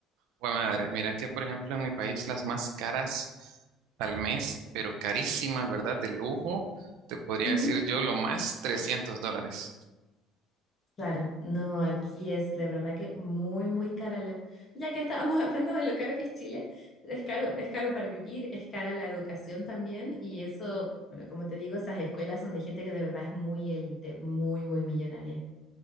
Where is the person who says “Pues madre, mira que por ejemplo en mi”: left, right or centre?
Right